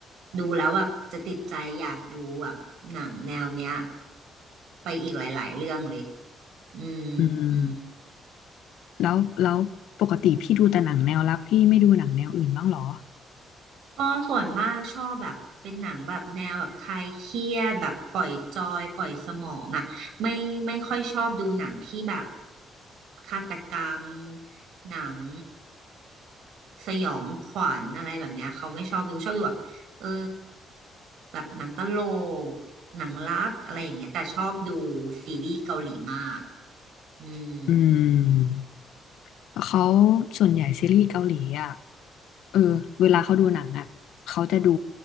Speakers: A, on the right; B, on the left.
A: ดูแล้วแบบจะติดใจอยากดูแบบหนังแนวเนี้ยไปอีกหลายๆเรื่องเลยอื
B: อืม
A: ม
B: แล้วแล้วปกติพี่ดูแต่หนังแนวรักพี่ไม่ดูหนังแนวอื่นบ้างเหรอ
A: ก็ส่วนมากชอบแบบเป็นหนังแบบแนวแบบคลายเครียดแบบปล่อยจอยปล่อยสมองอ่ะไม่ไม่ค่อยชอบดูหนังที่แบบฆาตกรรมหนังสยองขวัญอะไรแบบเนี้ยเขาไม่ชอบดูชอบดูแบบเออแบบหนังตลกหนังรักอะไรอย่างเงี้ยแต่ชอบดูซีรีส์เกาหลีมากอืม
B: อืมเขาส่วนใหญ่ซีรีส์เกาหลีอ่ะเออเวลาเขาดูหนังอ่ะเขาจะดู